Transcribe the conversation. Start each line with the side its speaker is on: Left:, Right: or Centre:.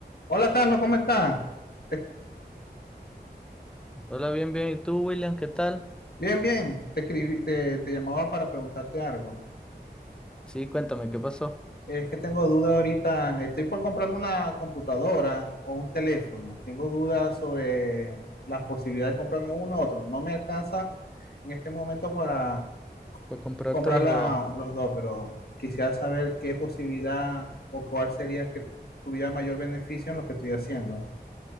Left: Hola Carlos, ¿cómo estás? Te-
Centre: Hola, bien, bien. ¿Y tú, William? ¿Qué tal?
Left: bien, bien. Te escribí, te, te llamaba para preguntarte algo.
Centre: Sí, cuéntame, ¿qué pasó?
Left: Es que tengo duda ahorita. Estoy por comprarme una computadora o un teléfono. Tengo dudas sobre la posibilidad de comprarme uno u otro. No me alcanza en este momento para
Centre: Para comprarte
Left: comprar
Centre: los
Left: la-
Centre: dos.
Left: los dos, pero quisiera saber qué posibilidad o cuál sería que tuviera mayor beneficio en lo que estoy haciendo.